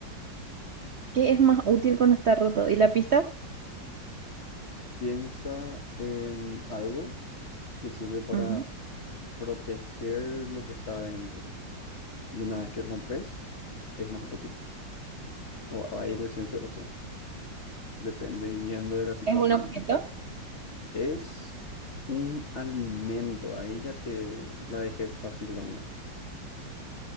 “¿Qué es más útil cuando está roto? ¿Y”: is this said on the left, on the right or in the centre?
Right